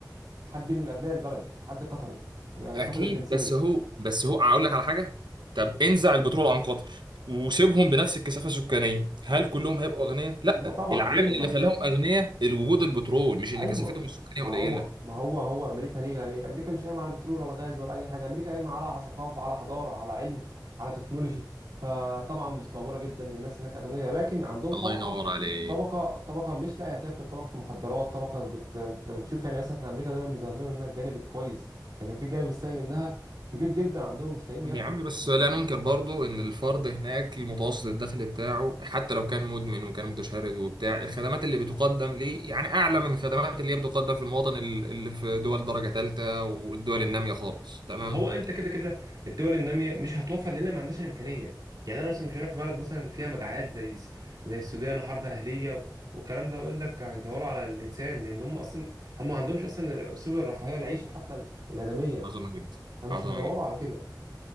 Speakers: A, on the right; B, on the right.
A: حد من ابناء البلد حد قطري يعني
B: أكيد
A: قطري الجنسيه
B: بس هو بس هو أقول لك على حاجة طب انزع البترول عن قطر وسيبهم بنفس الكثافة السكانية هل كلهم هيبقوا أغنياء؟ لا
A: لا طبعا
B: العامل
A: ليه ما
B: اللي خلاهم أغنياء الوجود البترول مش إن
A: ايوه
B: كثافتهم السكانية
A: ما
B: قليلة
A: هو ما هو هو امريكا ليه يعني امريكا مش قايمه على بترول ولا غاز ولا اي حاجه امريكا قايمه على ثقافه على حضاره على علم على تكنولوجي فطبعا متطوره جدا الناس هناك اغنياء لكن عندهم
B: الله
A: طبقه
B: ينور عليك
A: طبقه طبقه مش لاقيه تاكل طبقه مخدرات طبقه بت... انت بتشوف يعني اصلا احنا امريكا دايما بيظهر لنا منها الجانب الكويس لكن في الجانب السيء منها كبير جدا عندهم مش لاقيين ياكلوا
B: يا عم بس لا ننكر برضو ان الفرد هناك المتوسط الدخل بتاعه حتى لو كان مدمن وكان متشرد وبتاع الخدمات اللي بتقدم ليه يعني اعلى من الخدمات اللي هي بتقدم في المواطن ال- اللي في دول درجة ثالثة والدول النامية خالص تمام
A: ما هو انت كده كده الدول الناميه مش هتوفر لان ما عندهاش الامكانيه يعني انا مثلا مش هروح في بلد مثلا فيها مجاعات زي الس- زي السودان وحرب اهليه و- والكلام ده اقول لك هيدوروا على الانسان لان هم اصلا هم ما عندهمش اصلا سبل الرفاهيه العيشه حتى ال- الادميه
B: فعظمة جدا
A: فمش
B: عظمة
A: هيدوروا
B: جدا
A: على كده